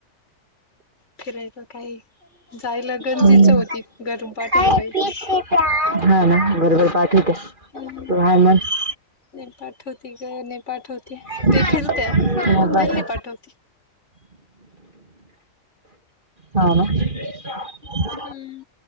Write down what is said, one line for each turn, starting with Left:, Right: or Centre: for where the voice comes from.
Left: फिरायला काही, जायला गंज
Right: हम्म.
Left: इच्छा होती घरून पाठवलं
Right: हाय
Left: पाहिजे.
Right: पीते हा ना. बरोबर पाठवत्या.
Left: हम्म
Right: तू हा न -
Left: नाही पाठवती ग. नाही पाठवती.
Right: हा,
Left: ते फिरत्या.
Right: पाठव
Left: आपल्याला नाही पाठवती.
Right: हा का?
Left: हम्म.